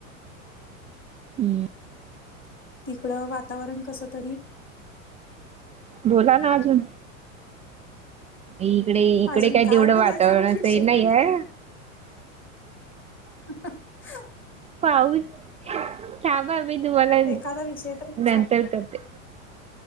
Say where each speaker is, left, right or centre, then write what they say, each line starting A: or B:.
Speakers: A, on the right; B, on the left.
A: हम्म
B: तिकड वातावरण कस तरी
A: बोला ना अजून? इकडे इकडे
B: अजून
A: काही
B: काय
A: तेवढं
B: बोलायचं
A: वातावरण
B: हो विषय?
A: असं नाही आहे
B: ह <inaudible>
A: पाऊस थांबा मी तुम्हाला
B: एखादा विषय तरी
A: नंतर करते.